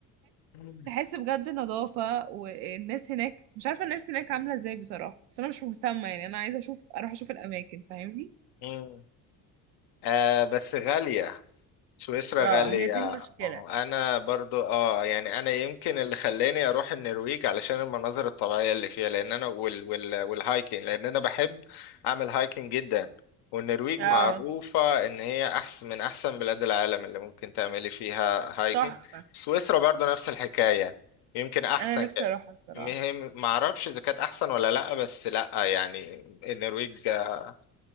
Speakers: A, on the left (about 50°); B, on the right (about 75°).
A: مم.
B: تحس بجد نظافه والناس هناك مش عارفه الناس هناك عامله ازاي بصراحه بس انا مش مهتمه يعني انا عايزه اشوف اروح اشوف الاماكن فاهمني
A: مم. آه بس غالية سويسرا
B: اه
A: غالية
B: هي دي
A: ما
B: المشكله
A: هو أنا برضو آه يعني أنا يمكن اللي خلاني أروح النرويج علشان المناظر الطبيعية اللي فيها لأن أنا وال وال والهايكنج لأن أنا بحب أعمل هايكنج جدا والنرويج
B: اه
A: معروفة إن هي أحسن من أحسن بلاد العالم اللي ممكن تعملي فيها هايكنج
B: تحفه
A: سويسرا برضو نفس الحكاية يمكن أحسن
B: انا نفسي اروحها الصراحه
A: مهم معرفش إذا كانت أحسن ولا لأ بس لأ يعني النرويج آه،